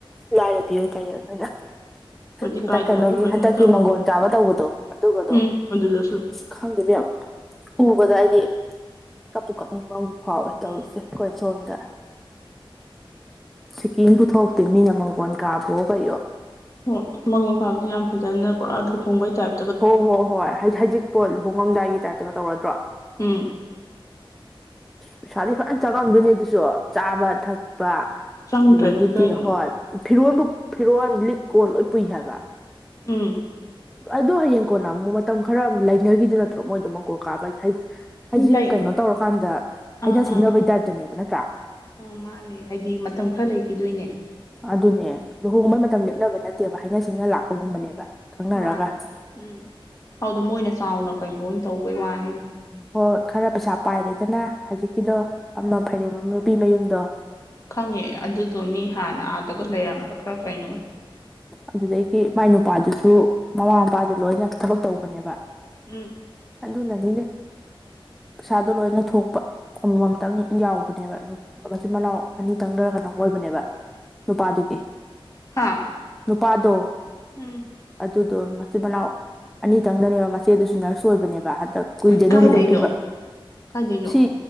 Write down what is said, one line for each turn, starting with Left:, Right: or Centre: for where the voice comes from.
Centre: ꯂꯥꯏꯔꯕꯤꯌꯨ ꯇꯥꯏ ꯑꯩꯈꯣꯏꯅ
Left: ꯍꯧꯖꯤꯛ
Centre: ꯍꯟꯗꯛ
Left: ꯀꯥꯏꯗꯕꯨ
Centre: ꯀꯩꯅꯣꯒꯤ
Left: ꯀꯩꯅꯣ
Centre: ꯍꯟꯗꯛꯀꯤ
Left: ꯇꯧ
Centre: ꯃꯪꯒꯣꯟ ꯀꯥꯕ ꯇꯧꯕꯗꯣ ꯑꯗꯨꯒꯗꯣ
Left: ꯎꯝ ꯑꯗꯨꯗꯁꯨ
Centre: ꯈꯪꯗꯦ ꯃꯌꯥꯝ ꯎꯕꯗ ꯍꯥꯏꯗꯤ ꯀꯞꯄꯨ ꯀꯥꯞꯅꯤꯡꯕ ꯑꯃꯨ ꯐꯥꯎꯋꯦ ꯇꯧꯔꯤꯁꯦ
Left: ꯎꯝ
Centre: ꯑꯩꯈꯣꯏ ꯁꯣꯝꯗ ꯁꯤꯀꯤꯝ ꯄꯨꯊꯣꯛꯇꯦ
Left: ꯍꯣꯏ
Centre: ꯃꯤꯅ ꯃꯥꯡꯒꯣꯟ ꯀꯥꯕꯑꯣ ꯀꯩꯌꯣ
Left: ꯍꯣ ꯃꯥꯡꯒꯣꯟ ꯀꯥꯕꯖꯤ ꯌꯥꯝ ꯐꯖꯅ ꯄꯨꯔꯥ ꯂꯨꯍꯣꯡꯕꯩ ꯇꯥꯏꯞ
Centre: ꯍꯣ ꯍꯣꯏ ꯍꯣꯏ ꯍꯩ ꯍꯩꯖꯤꯡꯄꯣꯠ ꯂꯨꯍꯣꯡꯉꯝꯗꯥꯏꯒꯤ ꯇꯥꯏꯞꯇꯒ ꯇꯧꯔꯗ꯭ꯔꯣ
Left: ꯎꯝ
Centre: ꯄꯩꯁꯥꯗꯤ ꯐꯖꯅ ꯆꯥꯉꯝꯗꯣꯏꯅꯤ ꯑꯗꯨꯁꯨ ꯆꯥꯕ ꯊꯛꯄ
Left: ꯆꯪꯗ꯭ꯔꯗꯤ
Centre: ꯑꯗꯨꯗꯒꯤꯗꯤ
Left: ꯀꯩꯅꯣ
Centre: ꯍꯣꯏ ꯐꯤꯔꯣꯟꯕꯨ ꯐꯤꯔꯣꯟ ꯂꯤꯛ ꯀꯣꯟ ꯂꯣꯏ ꯄꯨꯏ ꯍꯥꯏꯕ
Left: ꯎꯝ
Centre: ꯑꯗꯨ ꯍꯌꯦꯡ ꯀꯣꯟꯅ ꯑꯃꯨꯛ ꯃꯇꯝ ꯈꯔ ꯂꯩꯅꯒꯤꯗꯨ ꯅꯠꯇ꯭ꯔꯣ ꯃꯣꯏꯗꯣ ꯃꯥꯡꯒꯣꯜ ꯀꯥꯕ ꯍꯥꯏꯖꯦ ꯍꯩ ꯍꯩꯖꯤꯡ
Left: ꯂꯩ
Centre: ꯀꯩꯅꯣ ꯇꯧꯔꯀꯥꯟꯗ ꯍꯥꯏꯅ
Left: ꯑꯥ
Centre: ꯁꯤꯡꯅꯕꯩ
Left: ꯑꯥ ꯑꯥ
Centre: ꯇꯥꯏꯞꯇꯅꯦꯕ ꯅꯠꯇ꯭ꯔꯥ
Left: ꯑꯥ ꯃꯥꯅꯦ ꯍꯥꯏꯗꯤ ꯃꯇꯝ ꯈꯔ ꯂꯩꯈꯤꯗꯣꯏꯅꯦ
Centre: ꯑꯗꯨꯅꯦ ꯂꯨꯍꯣꯡꯕꯩ ꯃꯇꯝ ꯂꯦꯞꯅꯕ ꯅꯠꯇꯦꯕ ꯍꯥꯏꯅ ꯁꯤꯡꯅ ꯂꯥꯛꯄꯒꯨꯝꯕꯅꯦꯕ ꯈꯪꯅꯔꯒ
Left: ꯃꯥꯅꯦ ꯎꯝ ꯑꯗꯨꯗ ꯃꯣꯏꯅ ꯆꯥꯎꯅ ꯀꯩꯅꯣ ꯑꯣꯏꯅ ꯇꯧꯕꯩ ꯋꯥꯅꯤꯗ
Centre: ꯍꯣꯏ ꯈꯔ ꯄꯩꯁꯥ ꯄꯥꯏꯔꯦꯗꯅ ꯍꯖꯤꯛꯀꯤꯗꯣ
Left: ꯑꯣ
Centre: ꯑꯃ
Left: ꯎꯝ
Centre: ꯐꯩꯔꯦꯝꯕꯝ ꯅꯨꯄꯤ ꯃꯌꯨꯝꯗꯣ
Left: ꯈꯪꯉꯦ ꯑꯗꯨꯗꯣ ꯃꯤ ꯍꯥꯟꯅ ꯑꯥꯗꯒ ꯂꯩꯔꯝꯕ ꯈꯔ ꯀꯩꯅꯣꯅꯤ
Centre: ꯑꯗꯨꯗꯒꯤ ꯃꯥꯏ ꯅꯨꯄꯥꯗꯨꯁꯨ ꯃꯃꯥ ꯃꯄꯥꯗꯨ ꯂꯣꯏꯅ ꯊꯕꯛ ꯇꯧꯕꯅꯦꯕ
Left: ꯎꯝ
Centre: ꯑꯗꯨꯅꯅꯤꯅꯦ ꯄꯩꯁꯥꯗꯣ ꯂꯣꯏꯅ ꯊꯣꯛꯄ ꯑꯃꯃꯝꯇꯪ ꯌꯥꯎ ꯄꯅꯦꯕ ꯅꯨꯞ ꯃꯆꯤꯟ ꯃꯅꯥꯎ ꯑꯅꯤꯇꯪꯗꯔ ꯀꯩꯅꯣꯝ ꯑꯣꯏꯕꯅꯦꯕ ꯅꯨꯄꯥꯗꯨꯒꯤ
Left: ꯍꯥꯥ
Centre: ꯅꯨꯄꯥꯗꯣ
Left: ꯎꯝ
Centre: ꯑꯗꯨꯗꯣ ꯃꯆꯤꯟ ꯃꯅꯥꯎ ꯑꯅꯤꯇꯪꯗꯅꯦꯕ ꯃꯆꯦꯗꯨꯁꯨ ꯅꯔꯁ ꯑꯣꯏꯕꯅꯦꯕ ꯍꯟ ꯇ ꯀꯨꯏꯗꯦꯅꯦ
Left: ꯀꯥꯏꯗꯩꯅꯣ
Centre: ꯂꯨꯍꯣꯡꯈꯤꯕ
Left: ꯀꯥꯏꯗꯩꯅꯣ
Centre: ꯁꯤ